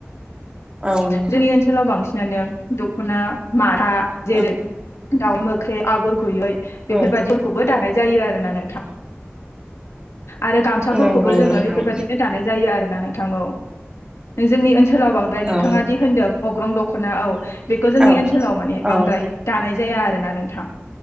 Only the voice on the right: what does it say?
औ नोंथां
औ
औ
नंगौ
नोंथां
औ
औ
औ